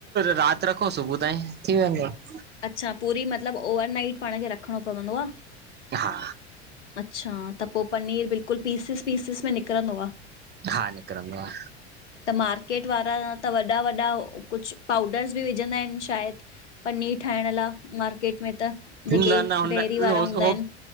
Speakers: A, on the right; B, on the left.
A: रात रखो, सुबुह ताईं थी वेंदो आ।
B: अच्छा पूरी मतलबु, ओवरनाइट पाण खे रखिणो पवंदो आह।
A: हा।
B: अच्छा त पोइ पनीर बिल्कुलु पीसिस- पीसिस में निकिरंदो आहे?
A: हा निकिरंदो आ।
B: त मार्केट वारा त वॾा- वॾा, कुझु पाउडर्स बि विझंदा आहिनि शायदि? पनीर ठाहिण लाइ मार्केट में त,
A: न
B: जेके
A: न हुन
B: डेरी वारा हूंदा
A: हो
B: आहिनि।